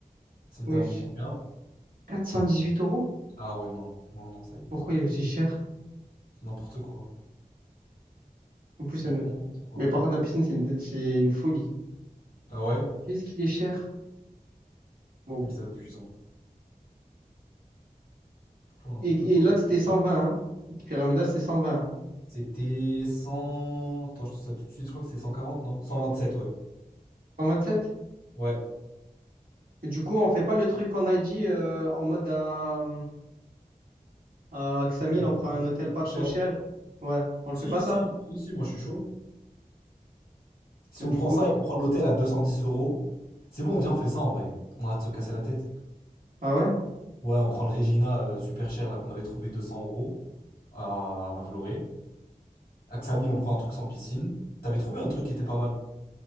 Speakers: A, on the left (about 85°); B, on the right (about 75°).
A: C'est une
B: Wesh.
A: dinguerie. Combien?
B: huit euros?
A: Ah ouais, non. Non, non, ça y est.
B: Pourquoi il est aussi cher?
A: C'est n'importe quoi.
B: En plus,
A: C'est
B: ça ne-
A: vraiment n'importe quoi.
B: mais par contre, la piscine, c'est une, c'est une folie.
A: Ah ouais?
B: Mais Qu'est-ce qu'il est cher? Wow.
A: Ils abusent, hein. Franchement, n'importe
B: Et,
A: quoi.
B: et l'autre, c'était 120, hein. Pyramida, c'était 120 hein.
A: C'était cent. Attends, je te dis ça tout de suite. Je crois que c'est 140 non? 127, ouais.
B: 127?
A: Ouais.
B: Et du coup, on fait pas le truc qu'on a dit euh, en mode à, à Xamil,
A: Ouais, on
B: on
A: prend
B: prend un
A: un truc
B: hôtel pas
A: moins
B: trop
A: cher.
B: cher. Ouais, on le
A: Si,
B: fait pas
A: si,
B: ça?
A: si, si, moi je suis chaud. Si
B: Mais
A: on
B: du
A: prend
B: coup,
A: ça et qu'on prend l'hôtel à 210 euros, c'est bon, viens, on fait ça en vrai. On arrête de se casser la tête.
B: ah ouais?
A: Ouais, on prend le Regina euh, super cher là qu'on avait trouvé 200 euros à, à Vloré. Axamil, on prend un truc sans piscine. T'avais trouvé un truc qui était pas mal.